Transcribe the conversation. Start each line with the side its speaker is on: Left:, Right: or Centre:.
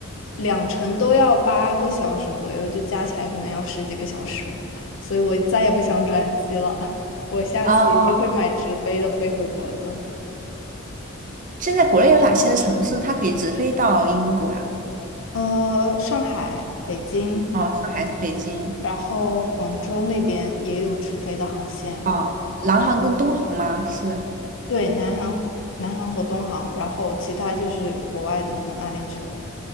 Left: 两程都要八个小时左右，就加起来可能要十几个小时，所以我再也不想转机了，<laughs> 我下次一定会买直飞的飞回国的。
Right: 哦，现在国内有哪些城市它可以直飞到英国呀？
Left: 呃，上海、北京，
Right: 哦，上海、北京，
Left: 然后广州那边也有直飞的航线，
Right: 哦，南航跟东航吗？
Left: 嗯。
Right: 是，
Left: 对，南航、南航和东航，然后其他就是国外的什么阿联酋